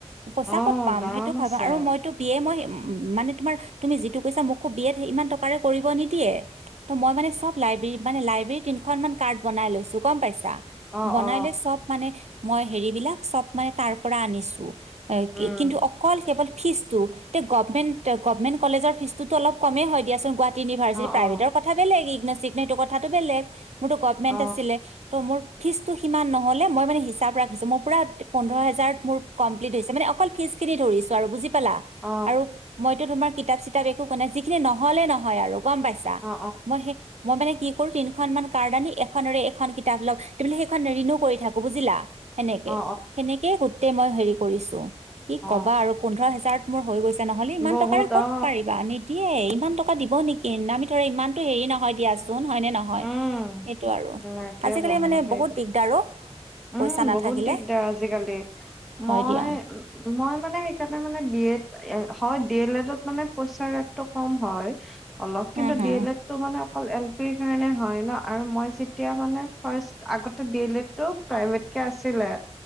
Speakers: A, on the right (about 75°); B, in the centre.
A: পইচা
B: অ
A: ক'ত পাম
B: দাম
A: সেইটো ভাবা
B: আছে
A: আৰু মইতো বিয়ে মই উ মানে তোমাৰ তুমি যিটো কৈছা মোকো বি ইমান টকাৰে কৰিব নিদিয়ে ত মই মানে চব লাইব্ৰৰ মানে লাইব্ৰেৰ তিনখনান কাৰ্ড বনাই লৈছো গম পাইছে
B: অ
A: বনাই
B: অ
A: লৈ চব মানে মই হেৰিবিলাক চব মানে তাৰ পৰা আনিছো
B: উম
A: কিন্তু অকল কেৱল ফিজটো তে গভমেণ্ট গভমেণ্ট কলেজৰ ফীজতো অল কমেই হয় দিয়াচোন গাহ ইনিভাৰ্চিটি
B: অ
A: প্ৰভটৰ
B: অ
A: কথা বেলেগ ই নছিল এইটো কথাটো বেলেগ মোৰতো গভমেন্ট
B: অ
A: আছিলে ত' মোৰ ফিজটো সিমান নহ'লে মই মানে হিচাপ ৰাখিছোঁ মোৰ পূৰা পোন্ধৰ হেজাৰত মোৰ কম্প্লিট হৈছে মানে অকল ফিজখিনি ধৰিছোঁ আৰু বুজ পালা
B: অ অ
A: আৰু মইতো তোমাৰ কিতাপ চিতাপ একো ক নাই যিখিনি নহলে নহয় আৰু গম পাইছা
B: অ
A: মই সেই মই মানে কি কৰো তিন খ মান কাৰ্ড আনি এখনেৰে এখন অলপ ত বোলে সেইখন ৰিণু কৰি থাকো বুজিলা সেনেকে
B: অ অ
A: সেনেকে গোটেই মই হেৰি কৰ কৰিছোঁ। কি
B: অ
A: কবা আৰু পোন্ধৰ হেজাৰত মোৰ হৈ গৈছে, নহলে ইমান
B: বহুত
A: টকাৰে ক'ত
B: অ
A: পাৰিবা? নিদিয়ে ইমান টকা দিব নেকি? আমি ধৰা ইমানটো হেৰি নহয় দিয়াচোন হয়নে নহয়।
B: উম
A: সেইটো আৰু।
B: লাগে
A: আজিকালি মানে
B: সেইটো
A: বহুত দিগদাৰ অ'। পইচা
B: উম
A: নাথাকিলে
B: বহুত দিগদাৰ, আজিকালি
A: হয়
B: মই,
A: দিয়া
B: মই মানে সেইকাৰণে মানে বিয়ে এ হয় ডি এল এডত মানে পইচাৰ ৰেটটো কম হয়। অলপ, কিন্তু
A: উম হুম
B: ডি এল এদটো মানে অকল এল পিৰ কাৰণে হয় ন, আৰু মই যেতিয়া মানে ফাৰ্ষ্ট আগতে দি এল তাতো প্ৰাইভেট কে আছিলে।